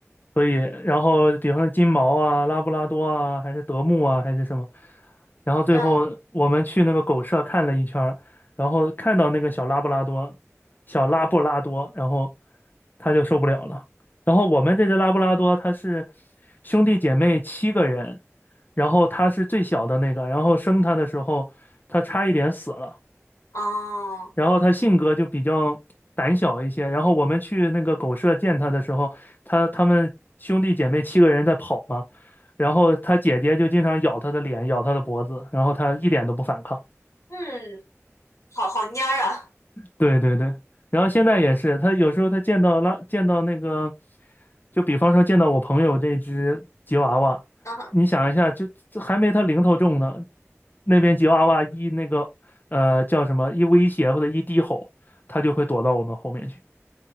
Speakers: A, on the left; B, on the left.
A: 所以，然后比方说金毛啊、拉布拉多啊，还是德牧啊，还是什么。然后最后我们去那个狗舍看了一圈儿然后看到那个小拉布拉多，
B: 嗯
A: 小拉布拉多，然后他就受不了了。然后我们这只拉布拉多，它是兄弟姐妹七个人，然后它是最小的那个，然后生它的时候，它差一点死了。
B: 哦，
A: 然后他性格就比较胆小一些。然后我们去那个狗舍见他的时候，他他们兄弟姐妹七个人在跑嘛，然后他姐姐就经常咬他的脸，咬他的脖子，然后他一点都不反抗。
B: 嗯，好好蔫儿啊。
A: 对对对，然后现在也是，他有时候他见到拉见到那个，就比方说见到我朋友这只吉娃娃，
B: 嗯哼。
A: 你想一下，就这还没他零头重呢，那边吉娃娃一那个呃叫什么一威胁或者一低吼，他就会躲到我们后面去。